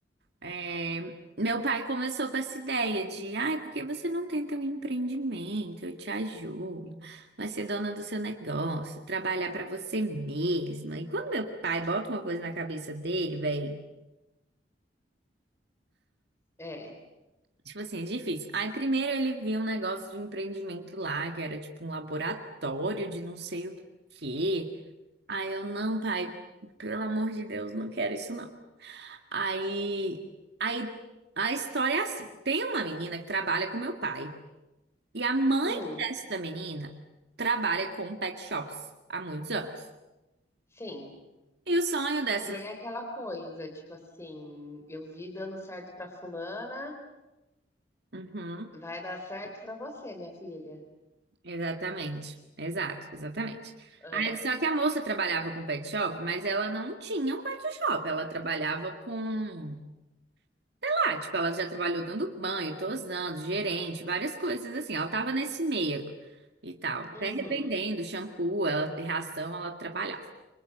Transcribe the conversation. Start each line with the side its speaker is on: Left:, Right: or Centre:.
Right: É, meu pai começou com essa ideia de, ai, por que você não tenta um empreendimento? Eu te ajudo, vai ser dona do seu negócio, trabalhar pra você mesma. E quando meu pai bota uma coisa na cabeça dele, velho,
Left: É.
Right: tipo assim, é difícil. Aí primeiro ele viu um negócio de um empreendimento lá, que era tipo um laboratório de não sei o quê. Aí eu, não, pai, pelo amor de Deus, não quero isso não. Aí, aí a história é assim: tem uma menina que trabalha com meu pai. E a mãe
Left: Hum,
Right: desta menina trabalha com pet shops há muitos anos.
Left: sim.
Right: E o sonho dessa.
Left: E aí é aquela coisa, tipo assim, eu vi dando certo pra fulana,
Right: Uhum,
Left: vai dar certo pra você, minha filha.
Right: exatamente. Exato, exatamente.
Left: Aham.
Right: Aí, só que a moça trabalhava com pet shop, mas ela não tinha um pet shop. Ela trabalhava com. sei Lá, tipo, ela já trabalhou dando banho, tosando, gerente, várias coisas assim. Ela tava nesse meio e tal. Até
Left: Uhum,
Right: revendendo shampoo, ela, ração, ela trabalhava.